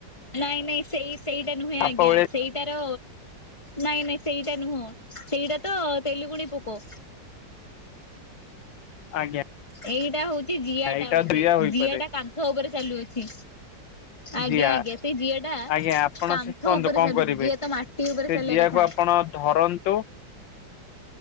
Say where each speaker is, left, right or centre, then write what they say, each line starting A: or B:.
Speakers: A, on the left; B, on the left.
A: ନାଇଁ ନାଇଁ ସେଇ ସେଇଟା ନୁହେଁ
B: ସାପ
A: ଆଜ୍ଞା
B: ଭଳିଆ
A: ସେଇଟାର ନାଇଁ ନାଇଁ ସେଇଟା ନୁହଁ ସେଇଟା ତ ତେଲୁଗୁଣି ପୋକ।
B: ଆଜ୍ଞା।
A: ଏଇଟା ହଉଛି ଜିଆ
B: ଏଇଟା
A: ଟା ବୋଧେ
B: ହୋଇପାରେ
A: ଜିଆ ଟା କାନ୍ଥ ଉପରେ ଚାଲୁଅଛି। ଆଜ୍ଞା
B: ଜିଆ
A: ଆଜ୍ଞା ସେ ଜିଆ ଟା
B: ଆଜ୍ଞା ଆପଣ
A: କାନ୍ଥ
B: ଶିଖନ୍ତୁ
A: ଉପରେ
B: କଣ
A: ଚାଲୁଛି
B: କରିବେ
A: ଜିଆ ତ ମାଟି ଉପରେ
B: ସେ
A: ଚାଲିବା
B: ଜିଆକୁ
A: କଥା।
B: ଆପଣ ଧରନ୍ତୁ।